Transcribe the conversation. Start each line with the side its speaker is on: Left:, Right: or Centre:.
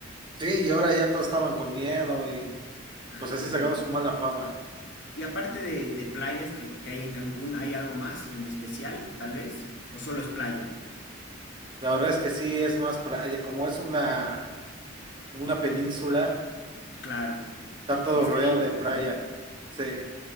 Right: Sí, y ahora ya todos estaban con miedo y
Left: Ah,
Right: pues así se ganó
Left: ya.
Right: su mala fama.
Left: Y aparte de, de playas que, que hay en Cancún, ¿hay algo más en especial, tal vez? ¿O solo es playa?
Right: La verdad es que sí, es más playa, como es una, como una península,
Left: Claro.
Right: está todo
Left: Y es
Right: rodeado
Left: Caribe,
Right: de playa.
Left: pues, ¿no?
Right: Sí.